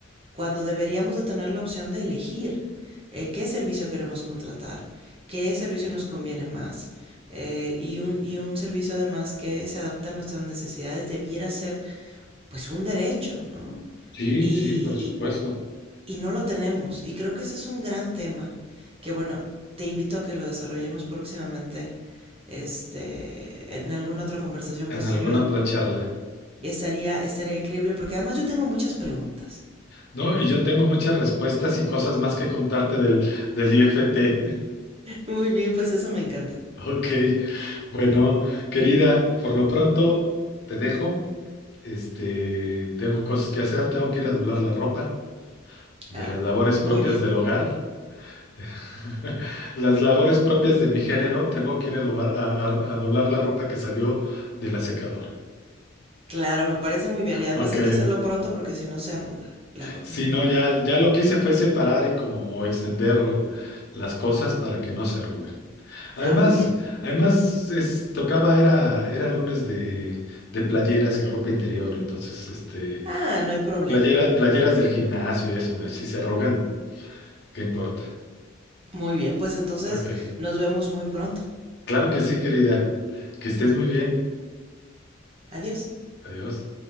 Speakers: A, on the right; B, on the left.
A: cuando deberíamos de tener la opción de elegir eh, qué servicio queremos contratar, qué servicio nos conviene más eh, y, un, y un servicio además que se adapta a nuestras necesidades debiera ser pues un derecho, ¿no?
B: Sí,
A: Y,
B: sí, por supuesto.
A: y, y no lo tenemos y creo que ese es un gran tema que bueno, te invito a que lo desarrollemos próximamente este, en alguna otra conversación
B: En
A: posterior.
B: alguna otra charla.
A: Y estaría, estaría increíble porque además yo tengo muchas preguntas.
B: No, y yo tengo muchas respuestas y cosas más que contarte del, del IFT. <laughs>
A: Muy bien, pues eso me encanta.
B: Ok. Bueno, querida, por lo pronto te dejo. Este, tengo cosas que hacer, tengo que ir a doblar la ropa de
A: Ah,
B: las labores
A: muy
B: propias
A: bien.
B: del hogar. <laughs> Las labores propias de mi género, tengo que ir a, lobar- a a- a doblar la ropa que salió de la secadora.
A: Claro, me parece muy bien. Y además
B: Ok.
A: hay que hacerlo pronto porque si no se arruga la ropa.
B: Sí, no, ya, ya lo que hice fue separar y como extender las cosas para que no se arruguen. Además,
A: Ah, muy bien.
B: además es- tocaba, era, era lunes de, de playeras y ropa interior, entonces, este,
A: Ah, no hay problema.
B: playeras, playeras del gimnasio y eso, ¿no? Y si se arrugan, ¿qué importa?
A: Muy bien, pues entonces
B: Ok.
A: nos vemos muy pronto.
B: Claro que sí, querida. Que estés muy bien.
A: Adiós.
B: Adiós.